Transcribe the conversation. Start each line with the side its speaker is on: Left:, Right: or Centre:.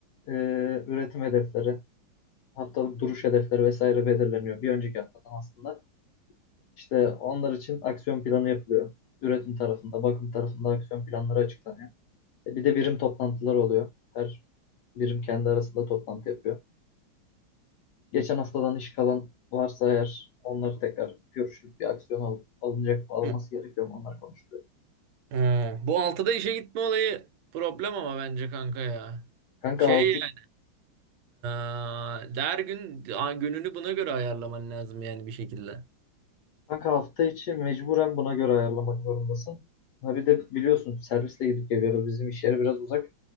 Left: eee, üretim hedefleri, haftalık duruş hedefleri vesaire belirleniyor. Bir önceki haftadan aslında. İşte onlar için aksiyon planı yapılıyor. Üretim tarafında, bakım tarafında aksiyon planları açıklanıyor. E, bir de birim toplantılar oluyor. Her birim kendi arasında toplantı yapıyor. Geçen haftadan iş kalan varsa eğer onları tekrar görüşüp bir aksiyon al alınacak mı alınması
Right: Hı.
Left: gerekiyor mu onlar konuşuluyor.
Right: Ha, bu altıda işe gitme olayı problem ama bence kanka ya.
Left: Kanka,
Right: Şey
Left: altı,
Right: yani, eee, her gün a- gününü buna göre ayarlaman lazım yani bir şekilde.
Left: kanka hafta içi mecburen buna göre ayarlamak zorundasın. Ha bir de biliyorsun servisle gidip geliyoruz. Bizim iş yeri biraz uzak.